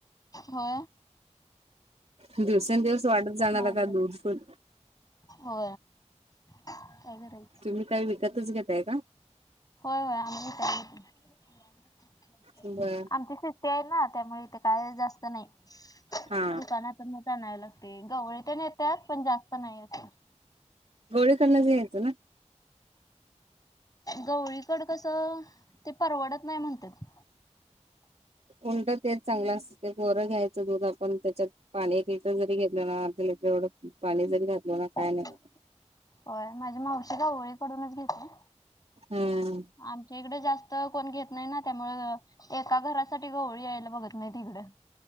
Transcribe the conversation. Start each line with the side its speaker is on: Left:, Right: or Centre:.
Left: हो,
Right: दिवसें-दिवस वाढत
Left: स्वपमा
Right: जाणार आता
Left: व
Right: दूध पण
Left: हो काय बराच <unintelligible>
Right: तुम्ही काय विकतच घेताय का?
Left: होय- होय, आम्ही विकतच आणतो,
Right: बर
Left: आमचे तिच ते आहे ना त्यामुळे इथे ते काय जास्त नाही.
Right: हा
Left: दुकानातूनच आणावे लागते, गवळी तेन येतात पण जास्त नाही येत.
Right: गवळीकडनचं घ्यायचा ना.
Left: गवळीकडं कसं ते परवडत नाही म्हणत्यात.
Right: उलटं तेच चांगलं असते गोरं घ्यायचं दूध आपण त्याच्यात पाणी एक लिटर जरी घेतलं ना अर्ध लिटर एवढं पाणी जरी घातलं ना काय
Left: होय,
Right: नाही होत.
Left: माझी मावशी गवळीकडूनच घेती.
Right: हं,
Left: आमच्या इकडे जास्त कोण घेत नाही ना, त्यामुळ एका घरासाठी गवळी यायला बघत नाहीत इकड.